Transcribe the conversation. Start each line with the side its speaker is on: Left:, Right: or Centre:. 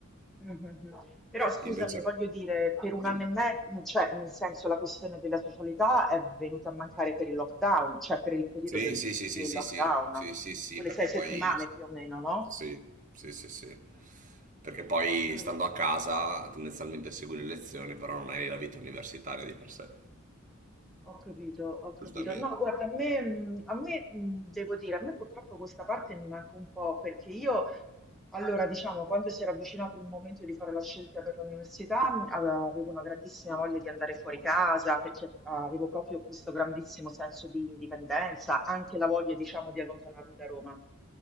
Centre: mhm. Però scusami,
Right: Invece...
Centre: voglio dire, per un
Right: Dimmi.
Centre: anno e mezzo, cioè nel senso la questione della socialità è venuta a mancare per il lockdown, cioè per il periodo
Right: Sì,
Centre: del,
Right: sì, sì, sì,
Centre: del
Right: sì,
Centre: lockdown,
Right: sì, sì, sì, sì,
Centre: quelle
Right: perché
Centre: sei settimane
Right: poi
Centre: più o meno, no?
Right: sì, sì, sì, sì. Perché poi
Centre: Ho capito.
Right: stando a casa tendenzialmente segui le lezioni, però non hai la vita universitaria di per sé.
Centre: Ho capito, ho capito.
Right: Giustamente.
Centre: No, guarda, a me, mh, a me, mh, devo dire, a me purtroppo questa parte mi manca un po' perché io, allora, diciamo, quando si era avvicinato il momento di fare la scelta per l'università, mh, ave- avevo una grandissima voglia di andare fuori casa perché ah, avevo proprio questo grandissimo senso di indipendenza, anche la voglia, diciamo, di allontanarmi da Roma.